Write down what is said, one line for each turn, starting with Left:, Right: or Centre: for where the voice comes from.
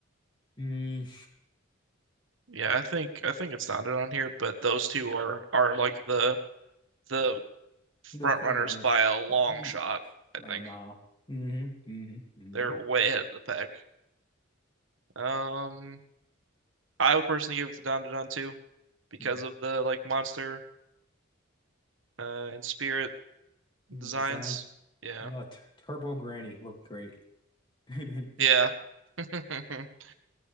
Left: Mm.
Right: yeah. I think I think it's Dandadan here, but those two are are like the the
Left: The
Right: front
Left: front
Right: runners
Left: runners.
Right: by a long
Left: Eat
Right: shot. I
Left: by
Right: think
Left: a mile. Mm-hmm. Mm-hmm.
Right: they're way ahead of the pack. Um, I would personally give it to Dandadan too, because
Left: Mm-hmm.
Right: of the like monster uh and spirit
Left: hmm
Right: designs.
Left: Designs.
Right: Yeah,
Left: Uh, t Turbo Granny looked great. <laughs>
Right: yeah. <laughs>